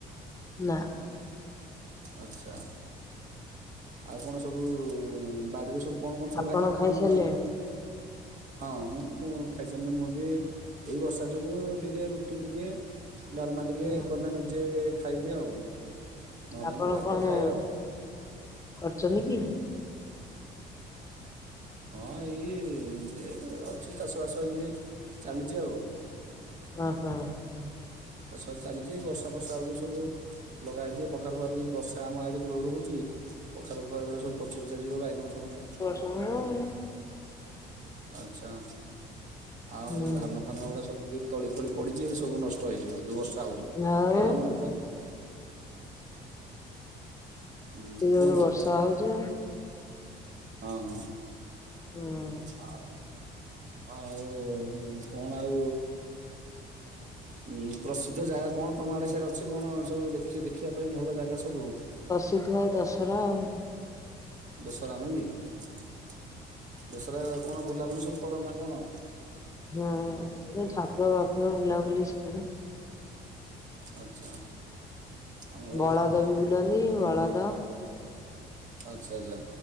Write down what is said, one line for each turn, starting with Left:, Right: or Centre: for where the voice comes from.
Left: ନା।
Right: ଆଛା, ଆଉ କଣ ସବୁ ବାଡିରେ ସବୁ କଣ କଣ ସବୁ
Left: ଆପଣ
Right: ଲାଗିଛି
Left: ଖାଇସାରିଲେଣି
Right: କଣ ମାନେ, ହଁ ମୁଁ ଖାଇସ ମୁଁ ବି ଏଇ ବର୍ଷା ଯୋଗୁ ଟିକେ ରୁଟି ଟିକେ, ଡାଲମା ଟିକେ
Left: ହୁଁ
Right: କନା ନିଜେ ଖାଇଲି ଆଉ। ନହେଲେ
Left: ଆପଣ
Right: ଏମିତି ଭାତ
Left: କଣ
Right: ଖାଏ ଆଉ
Left: କରଛନ୍ତି କି?
Right: ହଁ ଏଇ ଏମତି ଅଛି ଚାଷ ବାସ ଏମତି ଚାଲିଛି ଆଉ।
Left: ଓ ହୋ।
Right: ଚାଷ ବାସ ଚାଲିଛି ବର୍ଷା ଫର୍ଷା ହଉ ଯୋଉ ସବୁ ଲଗା ହେଇଛି ଏ କଖାରୁ ପାଖାରୁ ଯଦି ବର୍ଷା ଆମ ଆଡେ ଜୋର ହଉଛି। କଖାରୁ ଫଖାରୁ ଗୁଡା ସବୁ ପଚି ପୁଚା ଯିବ ବାଇଗଣ ସବୁ
Left: କଣ୍
Right: ଆଛା, ଆଉ
Left: ହୁଁ
Right: ଧାନ ଫାନ ଗୁଡା ସବୁ ବି ତଳି ଫଳି ପଡିଛି ସବୁ ନଷ୍ଟ ହେଇଯିବ ଯୋଉ ବର୍ଷା ହଉଛି।
Left: ଆଉ
Right: <unintelligible> ହୁଁ
Left: ଜୋର
Right: କୁହନ୍ତୁ,
Left: ବର୍ଷା ହଉଛି
Right: ହଁ ହଁ।
Left: ହୁଁ।
Right: ଆଉ ଆଉ କଣ ଆଉ ଉଁ ପ୍ରସିଦ୍ଧ ଜାଗା କଣ ତମ ଆଡ଼େ ସିଆଡ଼େ ଅଛି କଣ? ସବୁ ଦେଖିଛ ଦେ ଦେଖିବା ପାଇଁ ଭଲ ଜାଗା ସବୁ ହଉଛି।
Left: ସିଧ ଦଶହରା ଆଉ
Right: ଦୋସରା ନୁହଁ କି ଦୋସରା କଣ ବୁଲାବୁଲି ସବୁ କର ନା କଣ?
Left: ହୁଁ ଏଇ ଠାକୁର ବାକୁର ବୁଲାବୁଲି ସବୁ
Right: ଆଚ୍ଛା ଆମର
Left: ବଳଦ ବି ବୁଲନ୍ତି ବଳଦ
Right: ଆଚ୍ଛା ଆଚ୍ଛା